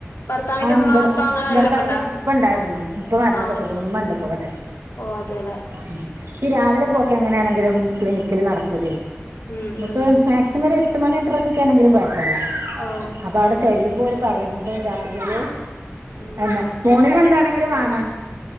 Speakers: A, on the left; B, on the right.
A: ഭർത്താവിന്റെ
B: ആഹ
A: ഉമ്മ
B: ഇബട്ന്ന്
A: ഉപ്പ അങ്ങനെ ആരെലൊക്കെ
B: ഭർത്താവിന്റെ
A: ഉണ്ടോ
B: ഉപ്പ ഉണ്ടായിരുന്നു ഉപ്പ മരണപ്പെട്ട്ക്ക്ണു
A: ആഹ്
B: ഉമ്മ ഇണ്ട് ഇപ്പ ഇവിടെ
A: ഓ അതെലെ
B: ഉ ഈ രാവിലെ പോക്കെ എങ്ങനെയാണെങ്കിലും ക്ലിനിക് ക്കിൽ നടക്കൂല്ലേ
A: ഉം
B: നമുക്ക്
A: ഉം
B: മാക്സിമം ഒരു എട്ട് മണി എട്ടരക്കൊക്കെ ആണെങ്കിലും കൊഴ ല്ല
A: ആഹ്
B: അപ്പൊ അവിടെ ചെല്ലുമ്പോ ഓല് പറഞ്ഞിരുന്നു ഇമ്മക്ക് രാത്രിയില്
A: ഉം
B: അല്ല മോർണിംഗ് എന്താണെങ്കിലും വാണം